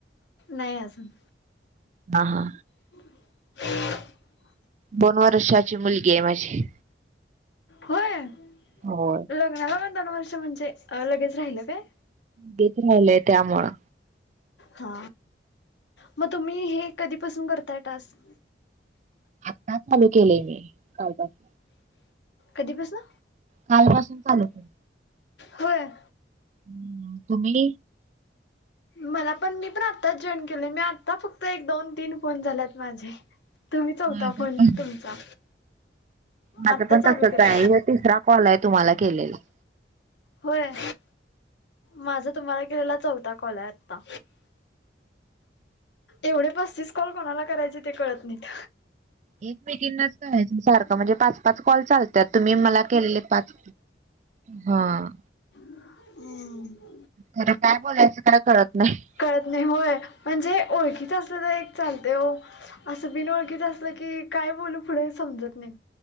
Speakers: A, on the left (about 75°); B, on the right (about 40°).
A: नाही अजून.
B: हा हा.
A: ह
B: दोन वर्षाची मुलगी आहे माझी.
A: व्हय.
B: होय.
A: लग्नाला पण दोन वर्ष, म्हणजे लगेच राहिलं काय?
B: बेबी राहिलय त्यामुळं.
A: हा. म तुम्ही हे कधीपासून करताय टास्क?
B: आत्ता चालू केले मी कालपासून.
A: कधीपसन?
B: कालपसून चालू केले.
A: होय.
B: हं. तुम्ही?
A: मला पण मी पण आत्ताच जॉईन केले मी. आता फक्त एक दोन-तीन फोन झालेत माझे. तुम्ही चौथा
B: माझं
A: फोन
B: पण
A: तुमचा.
B: माझं
A: आत्ता
B: पण
A: चालू
B: तसच
A: केला
B: आहे. तिसरा कॉल आहे तुम्हाला केलेला.
A: होय? माझा तुम्हाला केलेला चौथा कॉल आहे आता. एवढे पस्तीस कॉल कोणाला करायचे ते कळत नाहीत.
B: एकमेकीनाच करायचे सारखं. म्हणजे पाच पाच कॉल चालत्यात. तुम्ही मला केलेले पाच हां.
A: हं.
B: खरं काय बोलायचं, काय कळत नाही.
A: कळत नाही, होय. म्हणजे ओळखीच असलं तर एक चालतय ओ. अस बीन ओळखीचं असलं की काय बोलू पुढे समजत नाही.